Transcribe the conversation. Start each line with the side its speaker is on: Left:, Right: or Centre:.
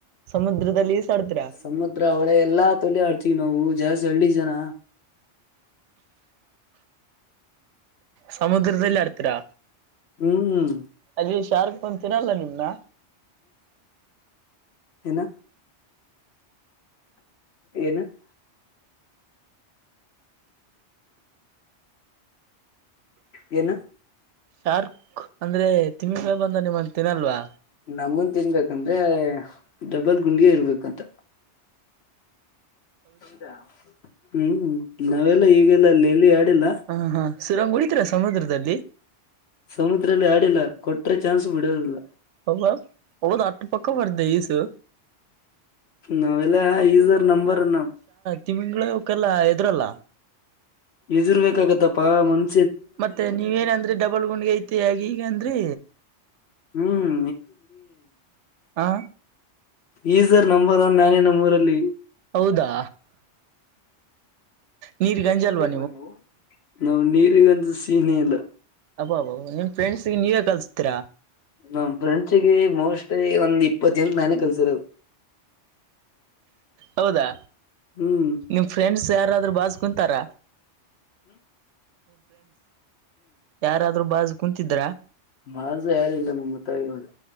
Right: ಸಮುದ್ರದಲ್ಲಿ ಈಸಾಡ್ತೀರಾ
Left: ಸಮುದ್ರ ಒಳೆ ಎಲ್ಲಾ ತೊಲೆ ಆಡ್ತೀವಿ ನಾವು ಜಾಸ್ತಿ ಹಳ್ಳಿ ಜನ
Right: ಸಮುದ್ರದಲ್ಲಿ ಆಡ್ತೀರಾ
Left: ಹ್ಮ್
Right: ಅಲ್ಲಿ ಶಾರುಖ್ ಬಂತಂತೀರಲ್ಲ ನಿಮನ್ನ
Left: ಇನ್ನು ಏನು <inaudible> <inaudible> ಏನು
Right: ಶಾರ್ಕ್ ಅಂದ್ರೆ ತಿಮಿಂಗ ಬಂದ ನಿಮ್ಮನ್ನ ತಿನ್ನಲ್ವಾ
Left: ನಮನ್ ತಿನ್ಬೇಕಂದ್ರೆ ಡಬಲ್ ಗುಂಡಿಯ ಇರ್ಬೇಕಂತ ಹೌದಾ ಹ್ಮ್ ನಾವೆಲ್ಲಾ ಈಗೆಲ್ಲ ಲ ಇಲ್ಲಿ ಆಡಿಲ್ಲ
Right: ಹ ಹಾ ಸುರಂಗ್ ಹೊಡಿತೀರಾ ಸಮುದ್ರದಲ್ಲಿ
Left: ಸಮುದ್ರದಲ್ಲಿ ಆಡಿಲ್ಲ ಕೊಟರೆೆ ಚಾನ್ಸ್ ಬಿಡೋದಿಲ್ಲ
Right: ಹ ಒಂದು ಅಟ ಪಕ್ಕ ಬರ್ತದ ಇಸ್
Left: ನಾವೆಲ್ಲ ಈಸರ್ ನಂಬರ್ ನ
Right: ತಿಮಿಂಗಳ ಹಕಲ್ಲಾ ಎದ್ರಲ್ಲ
Left: ಎರ್ಬೇಕಾಗತ್ತಪ್ಪಾ ಮನ್
Right: ಮತ್ತೆ ನೀವೇನಂದ್ರಿ ಡಬಲ್ ಗುಂಡ್ಗೆ ಐತಿ ಆಗ ಈಗ ಅಂದ್ರಿ
Left: ಹ್ಮ್
Right: ಹಾ
Left: ಇಜ್ಜರ ನಂಬರ್ ಒನ್ ನಾನೇ ನಮ್ಮ ಊರಲ್ಲಿ
Right: ಹೌದಾ ನೀರ್
Left: ನೀರ್ಗಂಜಲ್ವಾ
Right: ಗಂಜಲ್ವಾ
Left: ನೀವು ನಾವು ನೀರಿಗಂಜ ಸೀನ ಇಲ್ಲ
Right: ಹಬ್ ಅಬ ನಿಮ್ ಫ್ರೆಂಡ್ಸ್ಗೆ ನೀವೇ ಕಲ್ಸ್ತೀರಾ
Left: ನಮ್ ಫ್ರೆಂಡ್ಸ್ ಮೋಸ್ಟ್ಲಿ ಒಂದ್ ಇಪ್ಪತ್ತು ಜನಕ್ ನಾನೇ ಕಲ್ಸರದು
Right: ಹೌದಾ
Left: ಹೂಂ
Right: ನಿಮ್ ಫ್ರೆಂಡ್ಸ್ ಯಾರಾದ್ರರು ಬಾಜ್ ಕುಂತಾರ ಆದೂ ಬಾಜು ಕುಂತಿದ್ದ
Left: ಬಾಜು ಯಾರಿಲ್ಲ ನಮ್ಮ ತಾಯವಾಗ